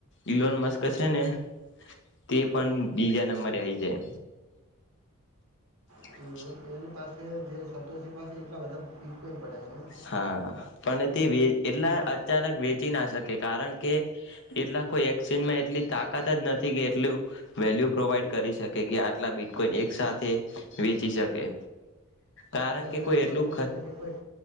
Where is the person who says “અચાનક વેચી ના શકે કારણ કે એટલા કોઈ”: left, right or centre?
Left